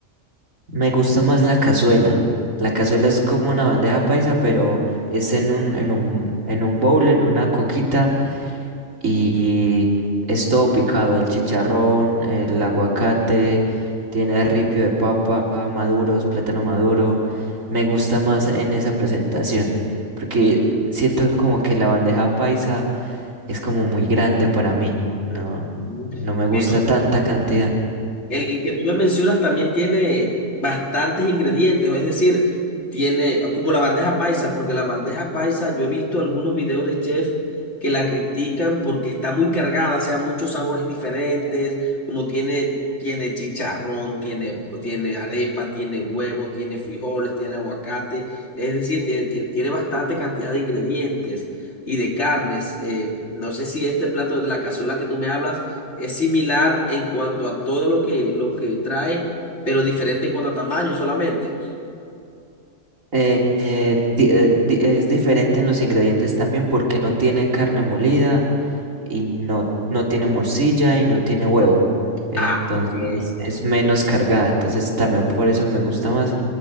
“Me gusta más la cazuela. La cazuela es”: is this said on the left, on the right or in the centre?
Right